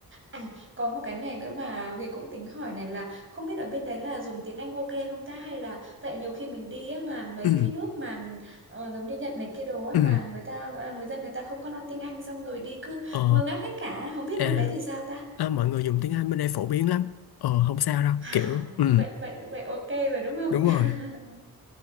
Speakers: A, on the right (about 35°); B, on the left (about 85°).
A: À, có một cái này nữa mà Huyền cũng tính hỏi này là không biết ở bên đấy là dùng tiếng Anh ok không ta hay là tại nhiều khi mình đi á mà mấy
B: ừ
A: cái nước mà ờ, giống như Nhật này kia đồ ấy
B: ừ
A: mà người ta ờ, người dân người ta không có nói tiếng Anh xong rồi đi cứ
B: ờ
A: ngơ ngác hết cả không biết
B: à,
A: bên đấy thì sao ta?
B: à mọi người dùng tiếng Anh bên đây phổ biến lắm ờ không sao đâu
A: À,
B: kiểu ừ
A: vậy vậy vậy ok rồi đúng không?
B: đúng
A: <laughs>
B: rồi